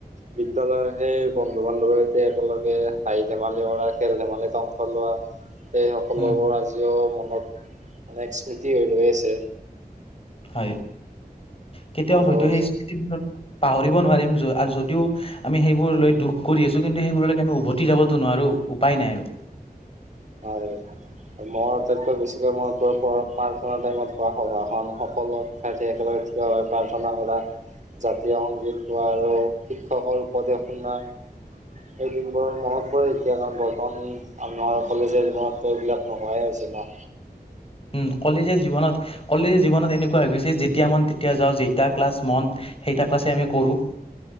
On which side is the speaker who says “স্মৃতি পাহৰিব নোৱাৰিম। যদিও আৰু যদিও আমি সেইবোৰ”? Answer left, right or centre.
Left